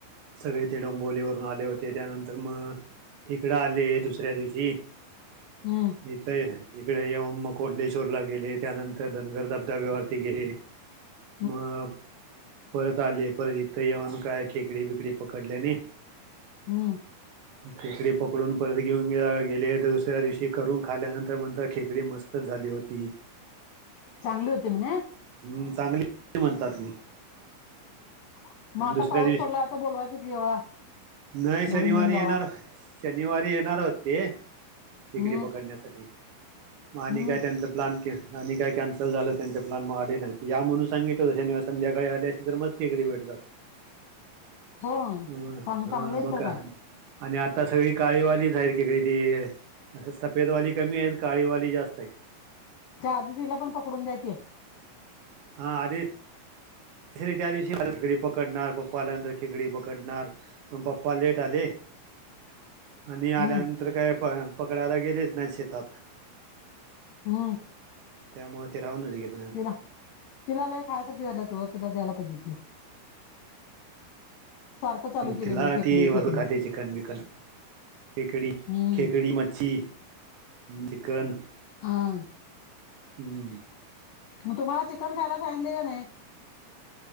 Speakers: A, on the right; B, on the left.
A: सगळे ते डोंबोवलीवरून आले होते त्यानंतर म इकडं आले दुसऱ्या दिवशी
B: हम्.
A: इथं इकडे येऊन म कोंडेश्वरला गेले त्यानंतर धनगर धबधब्यावरती गेले.
B: <inaudible>
A: मग परत आले परत इथं येऊन काय खेकडी बिकडी पकडल्यानी
B: हुं.
A: खिकडी पकडून परत घेऊन गावाला गेलेत दुसऱ्या दिवशी करून खाल्यानंतर म्हणता खेकडी मस्तच झाली होती.
B: चांगली होती म्हणे?
A: हम् चांगली म्हणतात की
B: <inaudible>
A: आणि
B: म आता
A: दुसऱ्या
B: पाऊस
A: दिवशी
B: पडला आता बोलवायचं की यवा
A: नाही
B: धरून
A: शनिवारी
B: घेऊन जावा.
A: येणार शनिवारी येणार होते खेकडी
B: हम्म
A: पकडण्यासाठी म आणि
B: हम्म
A: काय त्यांचं प्लॅन आणि काय कॅन्सल झालं त्यांचा प्लॅन म आले नाही की या म्हणून सांगितलं शनिवारी संध्याकाळी आले आसते तर म खेकडी भेटतात
B: हो
A: हां
B: चांग चांगले होतं
A: मग
B: काय?
A: आणि आता सगळी काळीवालीच आहेत खेकडी ती आह सफेदवाली कमी आहेत काळीवाली जास्त आहेत.
B: त्या अभिजीतला पण पकडून द्या की
A: हा अरे <inaudible> म पप्पा लेट आले आणि
B: हम्म
A: आल्यानंतर काय प पकडायला गेलेच नाही शेतात.
B: हम्
A: त्यामुळ ते राहूनच गेल.
B: तिला तिला लई खायासारखी झाल्यात ओ तिला द्यायला पाहिजे होती. सारखं चालू केली
A: तिला
B: नाही खेकडी
A: ती वरण
B: खेकडी
A: खातीया ती चिकन, बिकन खेकडी,
B: हम्म
A: खेकडी, मच्छी, चिकन
B: हां
A: हम्म.
B: मग तुम्हाला चिकन खायला सांगले का नाही?